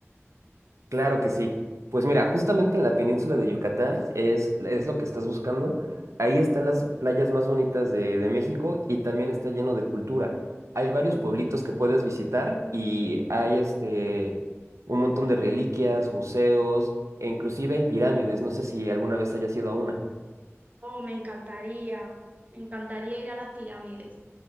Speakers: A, on the right (about 85°); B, on the right (about 30°).
A: Claro que sí. Pues mira, justamente en la península de Yucatán es, es lo que estás buscando. Ahí están las playas más bonitas de, de México y también está lleno de cultura. Hay varios pueblitos
B: Ujú.
A: que puedes visitar y hay este, un montón de reliquias, museos e inclusive hay pirámides. No sé si alguna vez hayas ido a una.
B: Oh, me encantaría, me encantaría ir a las pirámides.